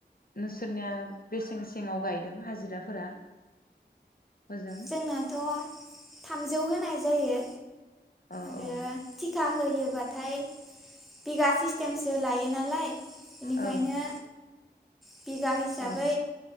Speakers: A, on the left; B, in the centre.
A: नोंसोरनिया बेसें सेङाव गायदों हाजिराफोरा? हजों
B: जोंनाथ थामजौ होनाय जायो
A: औ
B: आरो
A: औ
B: थिका होयोबाथाय बिगा सिस्टेमसो लायो नालाय। बेनिखायनो
A: औ
B: बिगा हिसाबै
A: औ